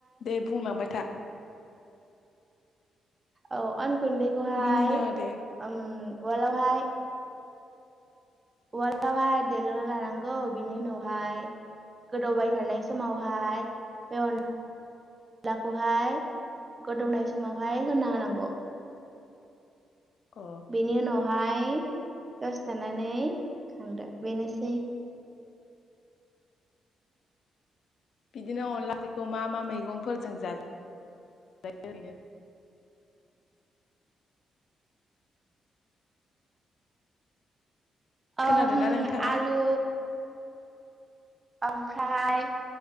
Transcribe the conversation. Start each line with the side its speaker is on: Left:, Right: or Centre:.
Left: दे बुंलांबाय था
Right: औ अन गुन्दैखौहाय
Left: मिनिनाङा दे
Right: उम उवालावहाय उवालावहाय देग्रोना लानांगौ बिनि उनावहाय गोदौबाय थानाय समावहाय बे अन लाखौहाय गोदौनाय समावहाय होना होनांगौ
Left: अ
Right: बेनि उनावहाय दसे थानानै खांदो बेनोसै।
Left: बिदिनो अनला ओंख्रिखौ मा मा मैगंफोरजों जाजायो ओरैनो खोनादोंना
Right: ओम
Left: नोंथाङा
Right: आलु ओमफ्राय